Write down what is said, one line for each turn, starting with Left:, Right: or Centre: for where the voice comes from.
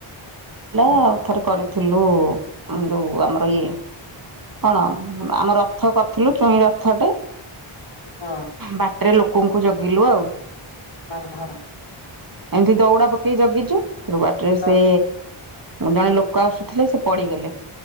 Right: ଆଉ ଥରେ କରିଥିଲୁ ଯୋଉ ଆମର ଇଏ କଣ ଆମେ ରଥ କରିଥିଲୁ ଚୁଇଁ ରଥଟେ
Left: ହଁ
Right: ବାଟରେ ଲୋକ କୁଙ୍କୁ ଜଗିଲୁ ଆଉ
Left: ହଁ ହଁ
Right: ଏମିତି ଦଉଡା ପକେଇକି ଜଗିଛୁ। ସେ ବାଟରେ
Left: ହଁ
Right: ସେ ଜଣେ ଲୋକ ଆସୁଥିଲେ ସେ ପଡିଗଲେ।